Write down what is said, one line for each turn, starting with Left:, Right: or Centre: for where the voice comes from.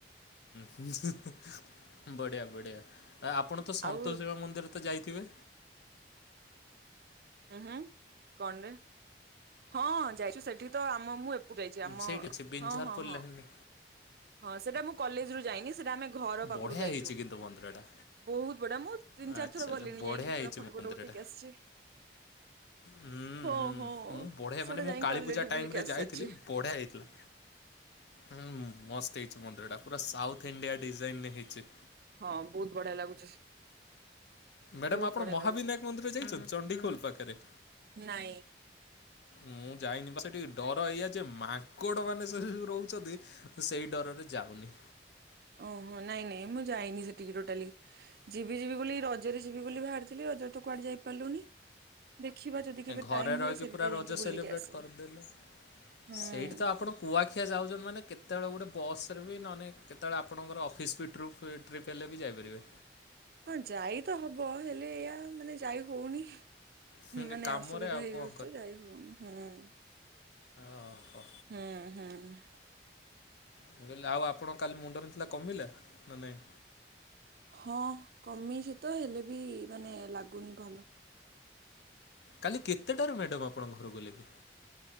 Left: ହୁଁ, <unintelligible> ବଢିଆ ବଢିଆ। ଆପଣ ତ ସନ୍ତୋଷୀ
Right: ଆଉ
Left: ମା ମନ୍ଦିର ଯାଇଥିବେ।
Right: ଉୁଁ ହୁଁ କଣରେ? ହଁ, ଯାଇଛୁ ସେଠି ଏଠି ତ ଆମ ମୁଁ ଏପକୁ ଯାଇଛି। ଆମ
Left: ସେଇଠି
Right: ହଁ,
Left: ଅଛି ବିଞ୍ଝାରପୁର
Right: ହଁ, ହଁ
Left: ଲାଇନରେ
Right: ହଁ, ସେଟା ମୁଁ କଲେଜ ରୁ ଯାଇନି, ସେଟା ଆମେ ଘର ପାଖରୁ
Left: ବଢ଼ିଆ
Right: ଯାଇଛୁ।
Left: ହେଇଛି କିନ୍ତୁ ମନ୍ଦିରଟା
Right: ବହୁତ ବଢିଆ ମୁଁ ତିନି
Left: ଆଚ୍ଛା
Right: ଚାର ଥର
Left: ଆଚ୍ଛା
Right: ଗଲିଣି
Left: ବଢ଼ିଆ
Right: ଯାଇକି
Left: ହେଇଛି
Right: ପୁରା ଫଟୋ
Left: ମନ୍ଦିରଟା
Right: ଫଟ ଉଠିକି ଆସିଛି।
Left: ହୁଁ, ହୁଁ,
Right: ହଁ ହଁ
Left: ମୁଁ ବଢିଆ
Right: ସେଟା
Left: ମାନେ ମୁଁ
Right: ଯାଇକି
Left: କାଳୀପୂଜା
Right: ଅଲରେଡି
Left: ଟାଇମ
Right: ବୁଲିକି
Left: ରେ
Right: ଆସି
Left: ଯାଇଥିଲି
Right: ସାରିଛି
Left: ବଢିଆ ହେଇଥିଲା। ହୁଁ, ମସ୍ତ ହେଇଛି ମନ୍ଦିର ଟା ପୁରା ସାଉଥ ଇଣ୍ଡିଆ ଡିଜାଇନରେ ହେଇଛି।
Right: ହଁ, ବହୁତ ବଢିଆ ଲାଗୁଛି।
Left: ମ୍ୟାଡାମ
Right: ବହୁତ
Left: ଆପଣ
Right: ବଢିଆ
Left: ମହାବିନାୟକ
Right: ଲାଗୁଛି
Left: ମନ୍ଦିର ଯାଇଛନ୍ତି ଚଣ୍ଡୀଖୋଲ ପାଖରେ।
Right: ନାଇଁ
Left: ମୁଁ ଯାଇନି ବା ସେଠିକେ ଡର ଏଇଆ ଯେ ମାଙ୍କଡ ମାନେ ସେଉ ରହୁଛନ୍ତି। ସେଇ ଡରରେ ଯାଉନି।
Right: ଓହୋ, ନାଇଁ, ନାଇଁ, ମୁଁ ଯାଇନି ସେଠିକି ଟୋଟାଲି। ଯିବି ଯିବି ବୋଲି ରଜରେ ଯିବି ବୋଲି ବାହାରିଥିଲି ରଜରେ, ତ କୁଆଡେ ଯାଇପାରିଲୁନି? ଦେଖିବା ଯଦି। କେବେ
Left: ଏ ଘରେ
Right: ଟାଇମ
Left: ରହିକି
Right: ହୁଏ ସେଠିକି
Left: ପୁରା ରଜ
Right: ଯାଇକି ବୁଲିକି
Left: ସେଲିବ୍ରେଟ୍
Right: ଆସିବା
Left: କରିଦେଲେ।
Right: ହୁଁ।
Left: ସେଇଠି ତ ଆପଣ କୁଆଖିଆ ଯାଉଛନ୍ତି ମାନେ, କେତେବେଳେ ଗୋଟେ ବସ୍ ରେ ବି, ନହେଲେ କେତେବେଳେ ଆପଣଙ୍କର ଅଫିସ୍ ବି ଟ୍ରୁପ୍, ଟ୍ରିପ୍ ହେଲେ ବି ଯାଇପାରିବେ।
Right: ହଁ, ଯାଇ ତ ହବ ହେଲେ ଏଇଆ ମାନେ ଯାଇ ହଉନି।
Left: ସେମିତି
Right: ମାନେ
Left: କାମରେ
Right: ଅସୁବିଧା
Left: ଆଉ
Right: ହେଇଯାଉଛି
Left: କଣ
Right: ତ ଯାଇ ହଉନି। ହୁଁ,
Left: ଓ ହୋ।
Right: ହୁଁ ହୁଁ।
Left: ମୁଁ କହିଲି ଆଉ ଆପଣଙ୍କ କାଲି ମୁଣ୍ଡ ବିନ୍ଧୁଥିଲା କମିଲା ନା ନାଇଁ?
Right: ହଁ କମିଛି ତ ହେଲେ ବି ମାନେ ଲାଗୁନି ଭଲ।
Left: କାଲି କେତେଟାରୁ ମ୍ୟାଡ଼ମ୍ ଆପଣଙ୍କ ଘରକୁ ଗଲେ କି?